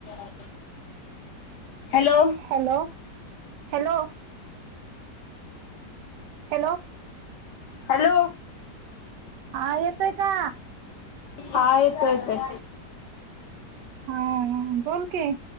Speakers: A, on the left (about 75°); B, on the right (about 85°).
A: ह hello
B: hello hello hello,
A: hello,
B: हा येतोय का?
A: हा येतो येत.
B: हा बोल की